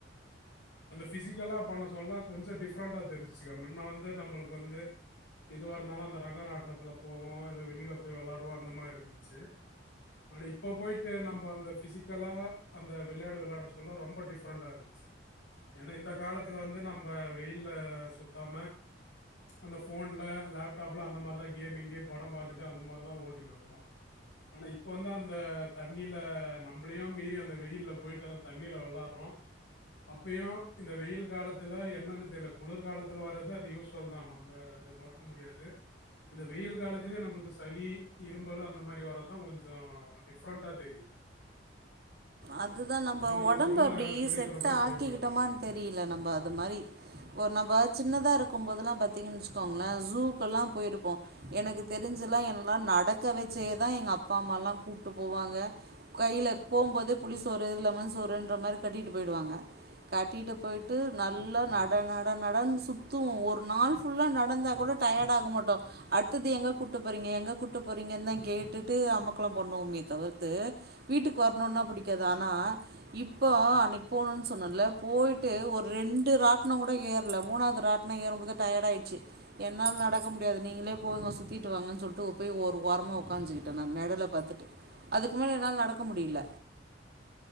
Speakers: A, on the left; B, on the right.
A: அந்த ஃபிசிக்கலா பண்ண சொல்ல கொஞ்சோ டிஃப்ரெண்ட்டா தெரிஞ்சிச்சு மின்ன வந்து நம்மளுக்கு வந்து எதுவாருந்தாலு அந்த ரங்க ராட்டுனத்துல போவோ எது வெளில போய் வெள்ளாடுவோ அந்த மாரி இருந்துச்சு ஆனா இப்ப போய்ட்டு நம்ம அந்த ஃபிசிக்கலா அந்த வெள்யாடு வெள்ளாட சொல்ல ரொம்ப டிஃப்ரெண்ட்டா இருந்துச்சு ஏன்னா இந்த காலத்துல வந்து நம்ப வெயில்ல சுத்தாம அந்த ஃபோன்ல லேப்டாப்புல அந்த மாரி தா கேமிங்கு படோ பாத்துட்டு அந்த மாரி தா ஒட்டிட்டு இருந்தோ ஆனா இப்ப வந்து அந்த தண்ணில நம்மளையு மீறி அந்த வெயில்ல போய்ட்டு வந் தண்ணில வெள்ளாடுறோ அப்பையு இந்த வெயில் காலத்துல என்னன்னு தெர்ல குளிர் காலத் இதுல வரது அது யூஸ்ஃபுல் தா நம்ம அது மறுக்க முடியாது இந்த வெயில் காலத்துலையு நம்மளுக்கு சளி இரும்பல் அந்த மாரி வரது தா கொஞ்சோ டிஃப்ரெண்ட்டா தெரிது
B: அது தா நம்ம
A: நீங்க
B: ஒடம்பு
A: சொன்ன
B: அப்டி
A: சொல்யூஷன
B: செட்டாக்கிக்கிட்டோம்மா
A: கூட ட்ரை பண்ணி பார்க்கலாங்க.
B: தெரி இல்ல நம்ப அது மாரி இப்போ நம்ப சின்னதா இருக்கும் போதுலா பாத்தீங்கன்னு வெச்சுக்கோங்களே ஜூக்கு எல்லா போயிருப்போ எனக்கு தெரிஞ்சுலா என்னெல்லா நடக்க வெச்சே தா எங்க அப்பா அம்மா எல்லா கூப்ட்டு போவாங்க கைல போம்போதே புளி சோறு லெமன் சோறுன்ற மாரி கட்டிட்டு போயிடுவாங்க கட்டிட்டு போய்ட்டு நல்லா நட நட நடன்னு சுத்துவோ ஒரு நாள் ஃபுல்லா நடந்தா கூட டயட் ஆக மாட்டோ அத்தது எங்க கூட்டு போறீங்க எங்க கூட்டு போறீங்கன் தா கேட்டுட்டு அமக்கலோ பண்ணுவோமே தவிர்த்து வீட்டுக்கு வரணுனா புடிக்காது ஆனா இப்போ அன்னைக்கு போனோன் சொன்னல போய்ட்டு ஒரு ரெண்டு ராட்டனோ கூட ஏறல மூணாவது ராட் டனோ ஏற மோது டயட்ஆயிச்சு என்னால் நடக்க முடியாது நீங்களே போங்கோ சுத்திட்டு வாங்கன்னு சொல்ட்டு போய் ஒரு ஓரமா உக்காச்சுக்கிட்டே நானு நெழலா பாத்துட்டு அதுக்கு மேல என்னால நடக்க முடில